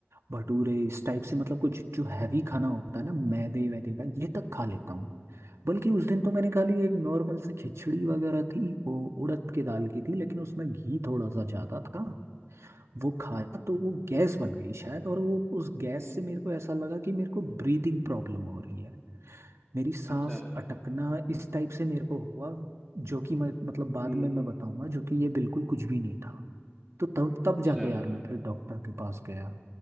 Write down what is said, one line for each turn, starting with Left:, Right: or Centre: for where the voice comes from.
Right: भटूरे इस टाइप से मतलब कुछ जो हैवी खाना होता है ना मैदे वैदे का ये तक खा लेता हूँ
Centre: हम्म
Right: बल्कि उस दिन तो मैंने खा ली एक नॉर्मल से खिचड़ी वगैरह थी वो उड़द के दाल की थी लेकिन उसमें घी थोड़ा सा ज़्यादा था वो खाया तो वो गैस बन गई शायद और वो उस गैस
Centre: हम्म,
Right: से मेरे को ऐसा लगा कि मेरे को ब्रीथिंग प्रॉब्लम हो रही है मेरी सांस
Centre: अच्छा
Right: अटकना इस टाइप से मेरे को हुआ जो कि मैं मतलब बाद
Centre: हम्म
Right: में मैं बताऊंगा जो कि ये बिल्कुल कुछ भी नहीं था तो तब तब
Centre: अच्छा
Right: जाके यार मैं फिर डॉक्टर के पास गया